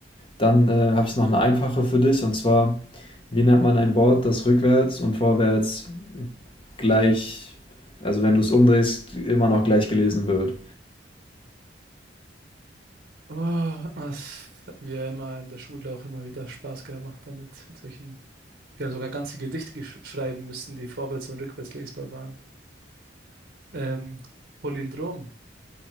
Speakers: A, on the left (about 30°); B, on the right (about 55°).
A: Dann, äh, habe ich noch eine einfache für dich und zwar: Wie nennt man ein Wort, das rückwärts und vorwärts gleich also, wenn du es umdrehst, immer noch gleich gelesen wird?
B: Oh, das hat mir ja immer in der Schule auch immer wieder Spaß gemacht damit, mit solchen Wir haben sogar ganze Gedichte gesch- schreiben müssen, die vorwärts und rückwärts lesbar waren. Ähm, Palindrom.